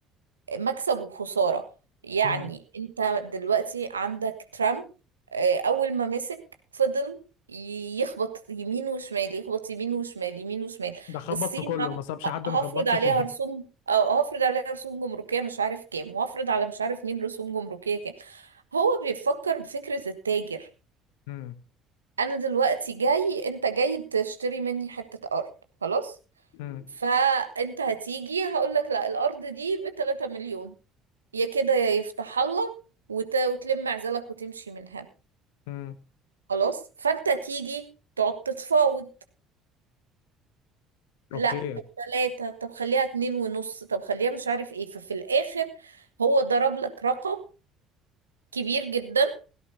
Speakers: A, on the right; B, on the left.
A: مكسب وخسارة يعني
B: مم.
A: انت دلوقتي عندك ترامب آه، اول ما مسك فضل يخبط يمين وشمال يخبط يمين وشمال يمين وشمال
B: ده خبط
A: الصين
B: في كله
A: ه-
B: ما سابش حد
A: هفرض
B: ما خبطش
A: عليها
B: فيه
A: رسوم اه هفرض عليها رسوم جمركية مش عارف كام وهفرض على مش عارف مين رسوم جمركية كام هو بيفكر بفكرة التاجر
B: مم.
A: انا دلوقتي جاي انت جاي تشتري مني حتة ارض خلاص
B: مم.
A: فانت هتيجي هقولك لا الارض دي بتلاتة مليون يا كده يا يفتح الله وت... وتلم عزلك وتمشي منها
B: مم.
A: خلاص فانت تيجي تقعد تتفاوض لا
B: أوكي
A: طب ثلاثة طب خليها اتنين ونص طب خليها مش عارف ايه ففي الاخر هو ضرب لك رقم كبير جدا